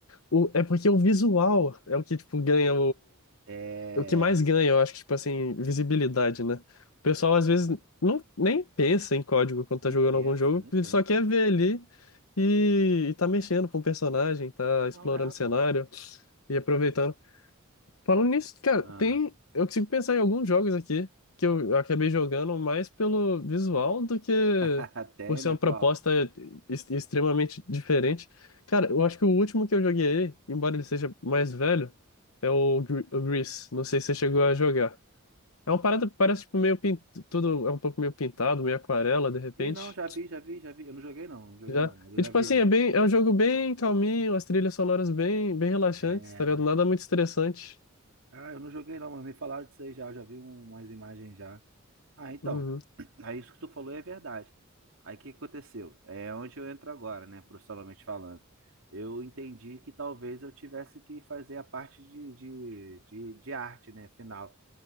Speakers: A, on the left; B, on the right.
A: o, é porque o visual é o que tipo ganha
B: É.
A: o que mais ganha, eu acho que, tipo assim, visibilidade, né? O pessoal às vezes não, nem pensa em código quando
B: Nem
A: tá jogando
B: pensa,
A: algum jogo,
B: nem
A: ele
B: pensa.
A: só quer ver ali e, e tá mexendo com o personagem, tá
B: Não
A: explorando
B: é,
A: o cenário
B: pô.
A: e aproveitando Falando nisso, cara,
B: Ah.
A: tem. Eu consigo pensar em alguns jogos aqui que eu eu acabei jogando mais pelo visual do que
B: <laughs> Tem,
A: por ser
B: né?
A: uma
B: Qual?
A: proposta ex- extremamente diferente. Cara, eu acho que o último que eu joguei, embora ele seja mais velho, é o, Gre- o Grease. Não sei se você chegou a jogar. É uma parada que parece tipo, meio pin- tudo é um pouco meio pintado, meio aquarela, de repente.
B: Ih, não, já vi, já vi, já vi. Eu não joguei, não, não joguei,
A: Já.
B: não, mas eu
A: E
B: já
A: tipo
B: vi
A: assim,
B: já.
A: é bem, é um jogo bem calminho, as trilhas sonoras bem, bem relaxantes,
B: É.
A: tá ligado? Nada muito estressante.
B: Ah, eu não joguei não, mas me falaram disso aí já, eu já vi um- umas imagens já. Ah, então,
A: Uhum,
B: <clears throat> aí isso que tu falou é verdade. Aí o que que aconteceu? É onde eu entro agora, né, profissionalmente falando. Eu entendi que talvez eu tivesse que fazer a parte de, de, de, de arte, né, final.